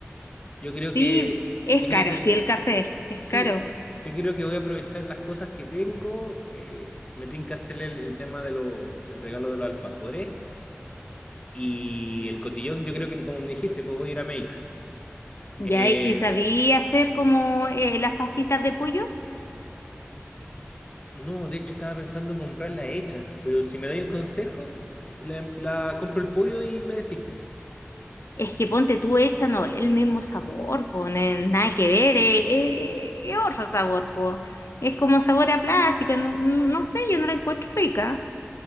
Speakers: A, on the left; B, on the left.
A: Yo creo
B: Sí,
A: que,
B: es
A: yo creo
B: caro,
A: que,
B: sí, el café, es
A: sí,
B: caro.
A: yo creo que voy a aprovechar las cosas que tengo. eh, me tengo que hacer el, el tema de los, del regalo de los alfajores. Y el cotillón, yo creo que como me dijiste, pues voy a ir a Makes.
B: Ya,
A: Eh,
B: y y sabía hacer como eh, las pastitas de pollo.
A: no, de hecho estaba pensando en comprarla hecha, pero si me dais un consejo, la, la compro el pollo y me decís, pues.
B: Es que ponte tú hecha, no, el mismo sabor, pone nada que ver, eh, eh, eh, es otro sabor, po. Es como sabor a plástico, no, no- no sé, yo no la encuentro rica.